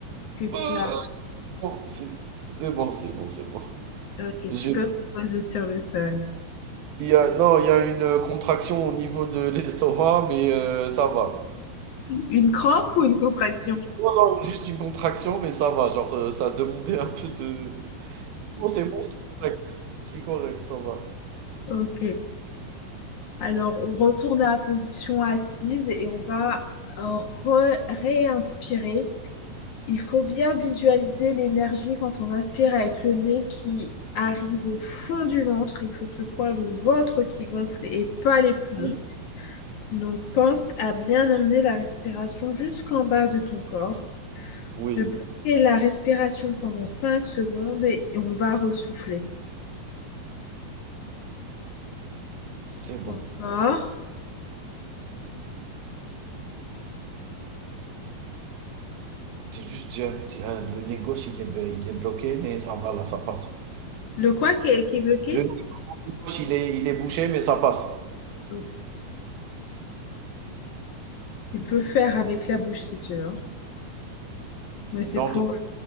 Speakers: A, on the left; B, on the right.
A: que tu
B: Euh,
A: as.
B: bon, c'est c'est bon, c'est bon, c'est bon.
A: Ok,
B: J'ai
A: tu peux reposer sur le sol.
B: Il y a, non, il y a une contraction au niveau de <laughs> l'estomac, mais euh, ça va.
A: Une crampe ou une contraction?
B: Non, non, juste une contraction, mais ça va. Genre, euh, ça demandait un peu de... <laughs> Non, c'est bon, c'est correct. C'est correct, ça va.
A: Ok. Alors, on retourne à la position assise et on va euh, re- réinspirer. Il faut bien visualiser l'énergie quand on inspire avec le nez qui arrive au fond du ventre. Il faut que ce soit le ventre qui gonfle et pas les poumons.
B: Oui,
A: Donc, pense à bien emmener la respiration jusqu'en bas de ton corps,
B: oui,
A: de bloquer la respiration pendant 5 secondes et, et on va ressouffler.
B: c'est
A: Encore.
B: bon. C'est juste, tiens, tiens, le nez gauche, il est, b- il est bloqué, mais ça va, là, ça passe.
A: Le quoi qui est, qui est bloqué?
B: Le nez gauche, il est, il est bouché, mais ça passe.
A: Ok. Tu peux faire avec la bouche si tu veux. Mais c'est
B: Non,
A: pour...
B: de